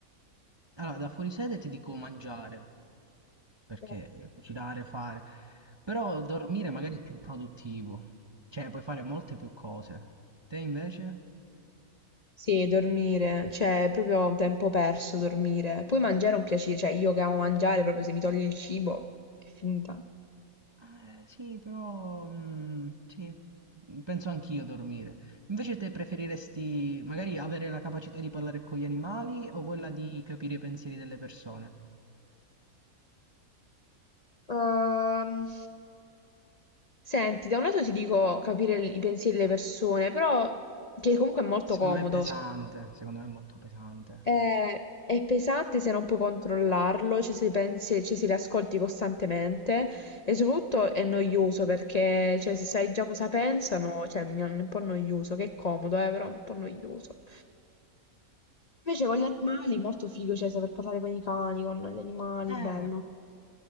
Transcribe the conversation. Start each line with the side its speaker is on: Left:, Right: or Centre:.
Right: Allora, da fuori sede ti dico mangiare, perché
Left: Eh,
Right: cucinare, fare. Però dormire magari è più produttivo. Cioè, puoi fare molte più cose. Te invece?
Left: Sì, dormire, cioè è proprio tempo perso dormire. Poi mangiare è un piacere, cioè io che amo mangiare, proprio se mi togli il cibo è finita.
Right: Ah, Eh, sì, però mh, sì, mm, penso anch'io a dormire. Invece te preferiresti magari avere la capacità di parlare con gli animali o quella di capire i pensieri delle persone?
Left: Ehm, Senti, da un lato ti dico capire il- i pensieri delle persone, però che comunque è molto
Right: Secondo
Left: comodo.
Right: me è pesante, secondo me è molto pesante.
Left: Eh, è pesante se non puoi controllarlo, cioè se pensi, cioè se li ascolti costantemente e soprattutto è noioso perché cioè, se sai già cosa pensano, cioè mi è un po' noioso, che è comodo, eh, però è un po' noioso. Invece con gli animali molto figo, cioè saper parlare con i cani, con gli animali,
Right: Eh,
Left: bello.